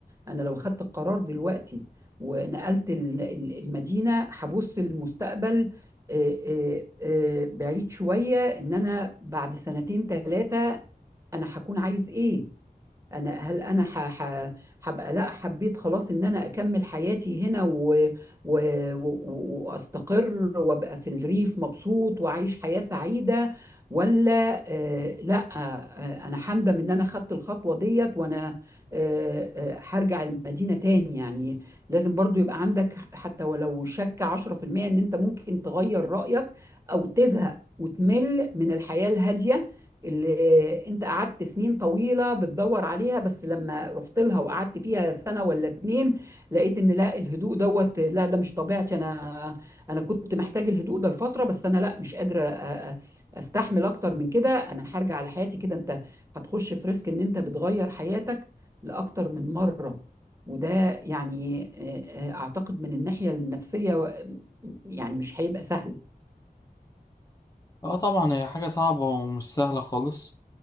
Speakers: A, on the right; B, on the left.
A: أنا لو خدت القرار دلوقتي ونقلت ال- ال- المدينة هبص للمستقبل آه، آه، آه، بعيد شوية إن أنا بعد سنتين ثلاثة أنا هكون عايز إيه انا هل انا ح- ح- هبقى لا حبيت خلاص ان انا اكمل حياتي هنا و... و... و... واستقر وابقى في الريف مبسوط واعيش حياة سعيدة ولا آه لا آه انا هندم ان انا خدت الخطوة ديت وانا آه آه هرجع المدينة تاني يعني لازم برضو يبقى عندك حتى ولو شك 10% ان انت ممكن تغير رأيك او تزهق وتمل من الحياة الهادية اللي انت قعدت سنين طويلة بتدور عليها بس لما رحت لها وقعدت فيها سنة ولا اتنين لقيت ان لا الهدوء دوت لا ده مش طبيعتي انا انا كنت محتاج الهدوء ده لفترة بس انا لا مش قادرة أ- أ- استحمل اكتر من كده انا هرجع لحياتي كده انت هتخش في ريسك ان انت بتغير حياتك لاكتر من مرة وده يعني آه، آه، اعتقد من الناحية النفسية آه، يعني مش هيبقى سهل
B: اه طبعا هي حاجة صعبة ومش سهلة خالص